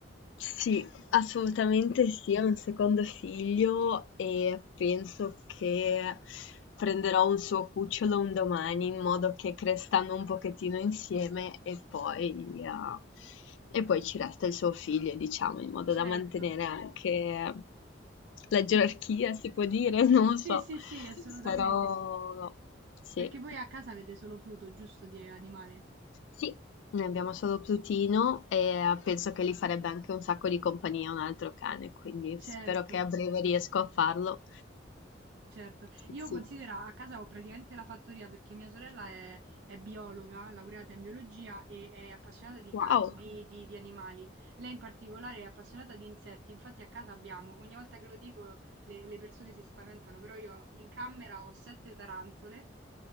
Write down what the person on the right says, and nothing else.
Sì,
certo.
Per-
Sì,
sì, sì, assolutamente.
Perché voi a casa avete solo Pluto, giusto, di animale?
Ah,
Certo.
Certo.
Io
considera, a casa ho praticamente la fattoria perché mia sorella è, è biologa, laureata in biologia e è appassionata di,
can- di, di- di animali. Lei in particolare è appassionata di insetti, infatti a casa abbiamo, ogni volta che lo dico le, le persone si spaventano, però io in camera ho sette tarantole